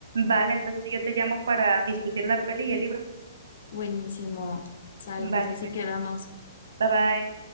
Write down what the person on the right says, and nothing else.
Vale, entonces yo te llamo para discutir la peli y el libro.
Vale,
pues,
bye bye.